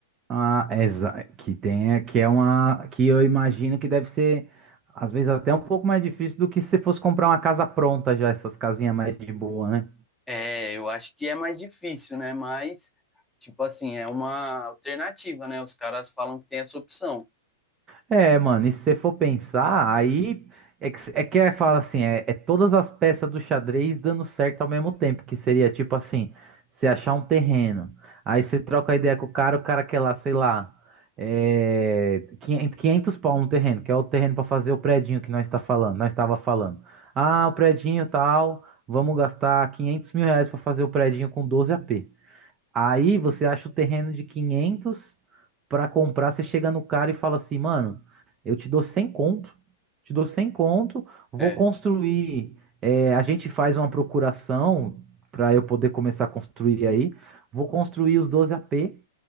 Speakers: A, on the right (about 30°); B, in the centre.
A: ah, é exa- que tem, que é uma que eu imagino que deve ser às vezes até um pouco mais difícil do que se você fosse comprar uma casa pronta já, essas casinhas mais de boa, né?
B: É, eu acho que é mais difícil, né? Mas, tipo assim, é uma alternativa, né? Os caras falam que tem essa opção.
A: É, mano, e se você for pensar, aí é que, é que é, fala assim, é, é todas as peças do xadrez dando certo ao mesmo tempo, que seria tipo assim, você achar um terreno, aí você troca a ideia com o cara, o cara quer lá, sei lá, é, 500 500 pau um terreno, que é o terreno para fazer o predinho que nós está falando, nós estava falando. Ah, o predinho tal, vamos gastar 500 mil reais para fazer o predinho com 12 p Aí você acha o terreno de 500 para comprar, você chega no cara e fala assim, mano, eu te dou 100 conto, te dou 100 conto, vou
B: É.
A: construir, é, a gente faz uma procuração para eu poder começar a construir aí, vou construir os 12 AP,